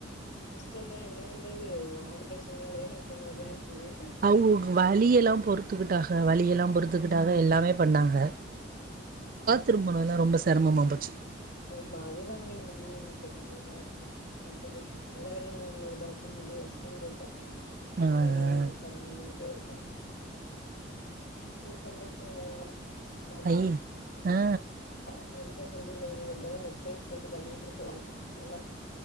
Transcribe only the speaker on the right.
அவுங்கவுங்க வலியெல்லா பொறு துக்கிட்டாக வழியெல்லா பொறுத்துகிட்டாக
எல்லாமே பண்ணாக திரும்பனு எல்லாம் ரொம்ப செரமமா போச்சி
ஆ
ஐ ஆ